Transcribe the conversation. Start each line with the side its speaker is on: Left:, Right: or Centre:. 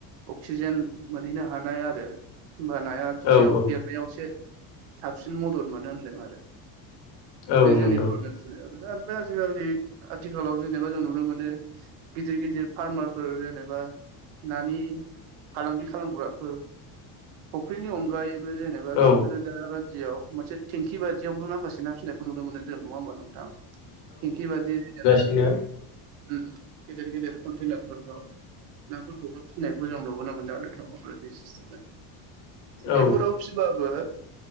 Right: अक्सिजेन मोनहैनो हानाय आरो होनबा नाया बिदियाव
Left: औ औ
Right: देरनायाव एसे साबसिन मदद मोनो होनदों आरो
Left: औ
Right: बे जोंनि
Left: नंगौ
Right: <unintelligible> <unintelligible> आजिखालि आथिखालाव जेनेबा जों नुनो मोनो गिदिर गिदिर फार्मार फोर जेनेबा नानि फालांगि खालामग्राफोर फुख्रिनि अनगायैबो जेनेबा
Left: औ
Right: बिफोरो दा बादियाव मोनसे टेंखि बादियावबो माखासे ना फसिनायखौ नुनो मोनदों जों नङा होमबा नोंथां? थिंखि बादि <unintelligible>
Left: बिनो
Right: उम उ गेदेर गेदेर कन्टेनार फोरखौ ना फोरखौबो फिनायखौ जों नुबोनोमोनदों आरो <unintelligible> सिस्टेम
Left: औ
Right: बेफोराव फिबाबो